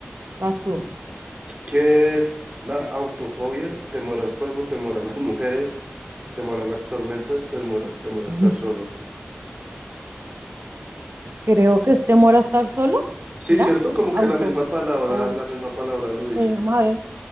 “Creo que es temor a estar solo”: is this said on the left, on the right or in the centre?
Right